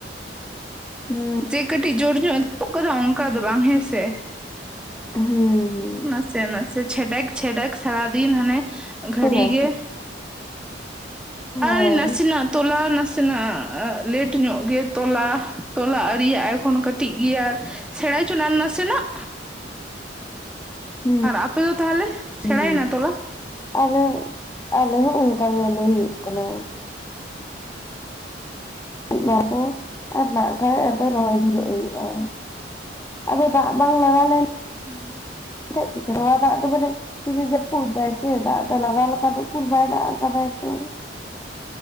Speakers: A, on the left (about 15°); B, in the centre.
A: ᱦᱩᱸ
B: ᱡᱮ ᱠᱟᱹᱴᱤᱡ ᱡᱳᱨ ᱧᱚᱜ <unintelligible> ᱠᱟᱫᱟ ᱚᱱᱠᱟ ᱫᱚ ᱵᱟᱝ ᱦᱮᱸᱥᱮ
A: ᱦᱩᱸᱦᱩ
B: ᱱᱟᱥᱮ ᱱᱟᱥᱮ ᱪᱮᱰᱟᱠ ᱪᱷᱰᱟᱠ ᱥᱟᱨᱟ ᱫᱤᱱ ᱦᱟᱱᱮ ᱜᱷᱟᱹᱲᱤ
A: ᱱᱟ ᱥᱮ
B: ᱜᱮ᱾
A: ᱦᱳᱭ
B: ᱟᱨ ᱱᱟᱥᱮᱱᱟᱜ ᱛᱚᱞᱟ ᱱᱟᱥᱮᱱᱟᱜ ᱞᱮᱴ ᱧᱚᱜ ᱜᱮ ᱛᱚᱞᱟ ᱛᱚᱞᱟ ᱟᱨᱤᱭᱟᱜ ᱮᱠᱷᱚᱱ ᱠᱟᱹᱴᱤᱡ ᱜᱮᱭᱟ ᱟᱨ, ᱥᱮᱬᱟᱭ ᱦᱚᱪᱚ ᱱᱟᱥᱮᱱᱟᱜ᱾
A: ᱦᱩᱸ
B: ᱟᱨ ᱟᱯᱮ ᱫᱚ ᱛᱟᱦᱚᱞᱮ ᱥᱮᱬᱟᱭ
A: ᱦᱩᱸ
B: ᱮᱱᱟ ᱛᱚᱞᱟ?
A: ᱟᱞᱮ ᱟᱞᱮ ᱦᱚᱸ ᱚᱱᱠᱟ ᱜᱮᱞᱮ ᱦᱩᱭᱩᱜ ᱠᱟᱱᱟ᱾ ᱢᱟᱠᱚ ᱟᱨ ᱱᱟ ᱠᱷᱟᱱᱡ ᱟᱫᱚ ᱨᱚᱦᱚᱭ ᱫᱷᱩᱨᱟᱹᱜ ᱦᱩᱭᱩᱜ-ᱟ‌᱾ ᱟᱫᱚ ᱫᱟᱜ ᱵᱟᱝ ᱞᱟᱜ ᱞᱮᱱ,
B: ᱦᱮᱸ
A: <unintelligible> ᱥᱩᱫᱤ ᱡᱟᱯᱩᱫ ᱫᱟᱭ ᱥᱮ ᱫᱟᱜ ᱫᱚ ᱞᱟᱜᱟᱣ ᱞᱮᱠᱟ ᱫᱚ ᱵᱟᱭ ᱫᱟᱜ ᱠᱟᱫᱟᱭ ᱛᱚ᱾